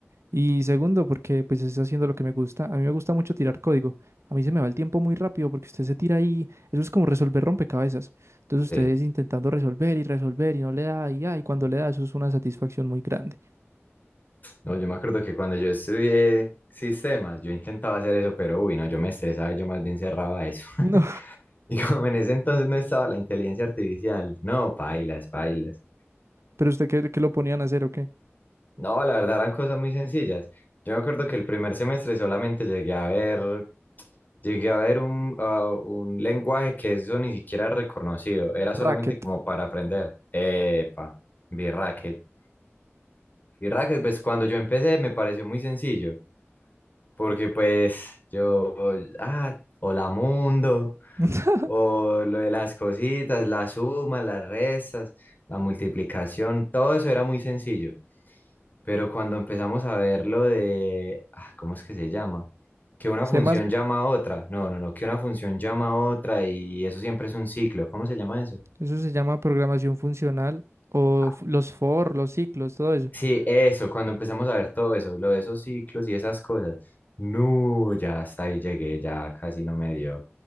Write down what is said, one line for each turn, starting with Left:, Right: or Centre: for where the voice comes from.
Right: Y segundo, porque pues estoy haciendo lo que me gusta. A mí me gusta mucho tirar código. A mí se me va el tiempo muy rápido porque usted se tira ahí. Eso es como resolver rompecabezas. Entonces ustedes
Left: Sí.
Right: intentando resolver y resolver y no le da y, ya, y cuando le da, eso es una satisfacción muy grande.
Left: No, yo me acuerdo que cuando yo estudié sistemas, yo intentaba hacer eso, pero uy, no, yo me estresaba, yo más bien cerraba eso. <laughs>
Right: No,
Left: Y como en ese entonces no estaba la inteligencia artificial, no, pailas, pailas.
Right: <laughs> pero usted qué, qué lo ponían a hacer o qué?
Left: No, la verdad eran cosas muy sencillas. Yo me acuerdo que el primer semestre solamente llegué a ver, llegué a ver un, ah, un lenguaje que eso ni siquiera era reconocido, era
Right: Racket.
Left: solamente como para aprender. Epa, B-Racket. B-Racket, pues cuando yo empecé me pareció muy sencillo, porque pues yo, ah, hola mundo,
Right: <laughs>
Left: o lo de las cositas, las sumas, las restas, la multiplicación, todo eso era muy sencillo. Pero cuando empezamos a ver lo de, ah, ¿cómo es que se llama? Que una
Right: C++.
Left: función llama a otra. No, no, no, que una función llama a otra y eso siempre es un ciclo. ¿Cómo se llama eso?
Right: Eso se llama programación funcional o
Left: Ah,
Right: f- los for, los ciclos, todo eso.
Left: sí, eso, cuando empezamos a ver todo eso, lo de esos ciclos y esas cosas. No, ya hasta ahí llegué, ya casi no me dio.